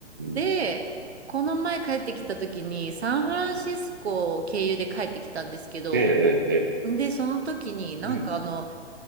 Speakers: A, on the right; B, on the right.
A: で、
B: ん。
A: この前帰ってきた時にサンフランシスコを経由で帰ってきたんですけど、
B: うん。ええ。ええ。ええ
A: で、その時になんかあの、
B: うん。